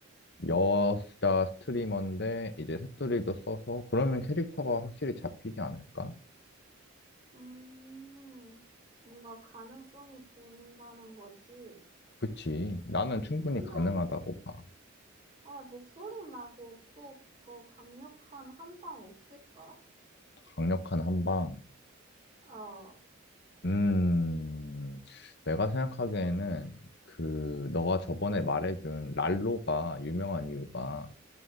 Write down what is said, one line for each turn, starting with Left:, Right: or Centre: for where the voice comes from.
Left: 여자 스트리머인데 이제 새투리도 써서 그러면 캐릭터가 확실히 잡히지 않을까?
Right: 음, 뭔가 가능성이 보인다는 거지.
Left: 그치. 나는 충분히
Right: 근데,
Left: 가능하다고 봐.
Right: 아, 목소리 말고 또 더 강력한 한방 없을까?
Left: 강력한 한방.
Right: 어,
Left: 음, 내가 생각하기에는 그 너가 저번에 말해준 랄로가 유명한 이유가